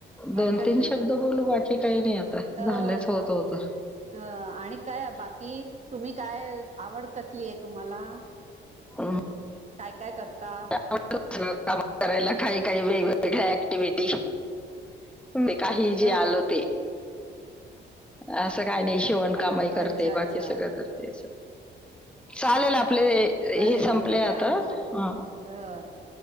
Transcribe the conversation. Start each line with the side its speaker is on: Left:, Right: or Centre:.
Right: हरकत
Centre: दोन तीन
Right: नाही
Centre: शब्द
Right: हरकत
Centre: बोलू बाकी काही नाही आता
Right: हो
Centre: झालेच
Right: हो
Centre: होत होत
Right: अ आणि काय बाकी तुम्ही काय आवड कसली आहे तुम्हाला
Centre: अ
Right: काय काय करता
Centre: काम करायला काही काही वेगवेगळ्या ऍक्टिव्हटी ते काही जे
Right: ह
Centre: आल ते असं काही नाही शिवणकाम
Right: अच्छा
Centre: कामही करते बाकी
Right: अच्छा
Centre: सगळं करते चालेल आपले हे
Right: अरे वा
Centre: संपले आता.
Right: छान म
Centre: हां.
Right: हा